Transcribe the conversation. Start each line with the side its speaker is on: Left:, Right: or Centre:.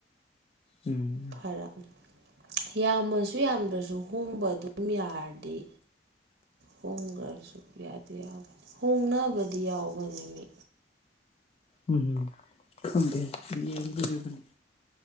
Left: ꯎꯝ
Right: ꯐꯔꯛ ꯌꯥꯝꯃꯁꯨ ꯌꯥꯝꯗ꯭ꯔꯁꯨ ꯍꯣꯡꯕ ꯑꯗꯨꯝ ꯌꯥꯔꯗꯤ ꯍꯣꯡꯈ꯭ꯔꯁꯨ ꯌꯥꯗꯤ ꯌꯥꯕꯅꯤ ꯍꯣꯡꯅꯕꯗꯤ ꯌꯥꯎꯕꯅꯦ ꯃꯤ
Left: ꯎꯝ ꯈꯪꯗꯦ ꯌꯦꯡꯗꯨꯔꯤꯕꯅꯤ